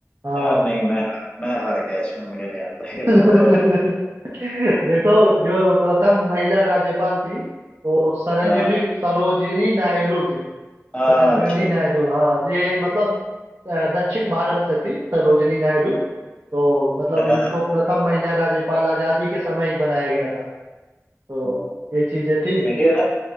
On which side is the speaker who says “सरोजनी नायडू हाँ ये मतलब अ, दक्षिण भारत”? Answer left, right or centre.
Right